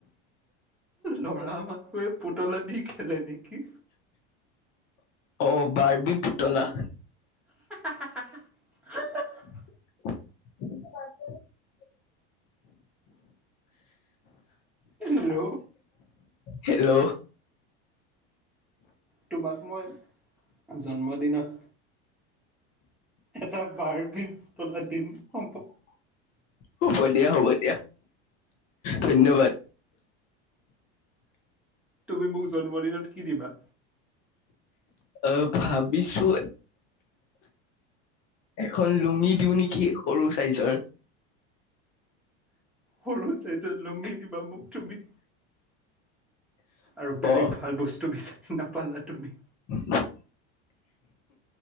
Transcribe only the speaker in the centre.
ল'ৰা মানহে পুতলা দি খেলে নেকি।
<inaudible>
hello
তোমাক মই জন্মদিনত- এটা বাৰ্বি পুতলা দিম হ'ব।
তুমি মোক জন্মৰ দিনত কি দিবা?
সৰু চাইজৰ লুঙি দিবা মোক তুমি। আৰু বেলেগ
ভাল বস্তু বিচাৰি নাপালা তুমি।